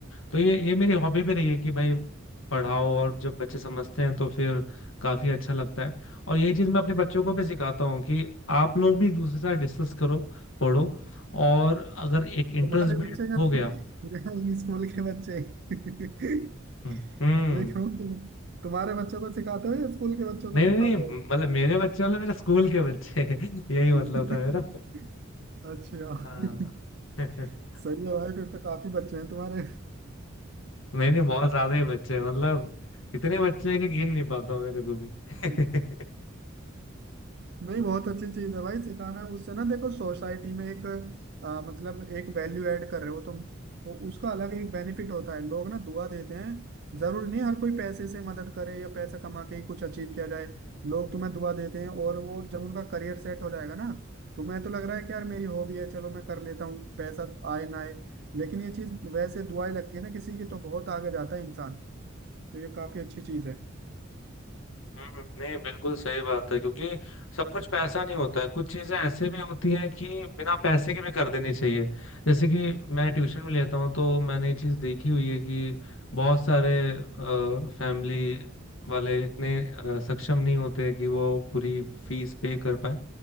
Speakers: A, on the left; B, on the right.
A: तो ये ये मेरी हॉबी भी रही है कि भाई पढ़ाओ और जब बच्चे समझते हैं तो फिर काफी अच्छा लगता है और ये चीज मैं अपने बच्चों को भी सिखाता हूँ कि आप लोग भी एक दूसरे के साथ डिस्कस करो पढ़ो और अगर एक इंटरेस्ट
B: तुम्हारे
A: बिल्ड
B: बच्चे या
A: हो गया
B: तुम या स्कूल के बच्चे <laughs>
A: हम्म हम्म
B: ये कहूँ तुम <laughs> तुम्हारे बच्चों को सिखाते हो या स्कूल के बच्चों को
A: नहीं नहीं
B: सिखाते
A: नहीं,
B: हो
A: मतलब मेरे बच्चे मतलब मेरे स्कूल के बच्चे <laughs> यही मतलब
B: <laughs>
A: था मेरा
B: अच्छा
A: हाँ
B: <laughs>
A: <laughs>
B: सही है भाई फिर तो काफी बच्चे हैं तुम्हारे
A: नहीं नहीं बहुत ज्यादा ही बच्चे हैं, मतलब इतने बच्चे हैं कि गिन नहीं पाता हूँ मेरे को भी <laughs>
B: <laughs> नहीं बहुत अच्छी चीज है भाई सिखाना उससे ना देखो सोसाइटी में एक आ, मतलब एक वैल्यू ऐड कर रहे हो तुम वो उसका अलग एक बेनिफिट होता है लोग ना दुआ देते हैं जरूरी नहीं हर कोई पैसे से मदद करे या पैसा कमा के ही कुछ अचीव किया जाए लोग तुम्हें दुआ देते हैं और वो जब उनका करियर सेट हो जाएगा ना तुम्हें तो लग रहा है कि यार मेरी हॉबी है चलो मैं कर लेता हूँ पैसा आए ना आए लेकिन ये चीज वैसे दुआएं लगती है ना किसी की तो बहुत आगे जाता है इंसान तो ये काफी अच्छी चीज है
A: हम्म, नहीं बिल्कुल सही बात है क्योंकि सब कुछ पैसा नहीं होता है कुछ चीजें ऐसे भी होती हैं कि बिना पैसे के भी कर देनी चाहिए जैसे कि मैं ट्यूशन में लेता हूँ तो मैंने ये चीज देखी हुई है कि बहुत सारे फैमिली वाले इतने अ, सक्षम नहीं होते कि वो पूरी फीस पे कर पाए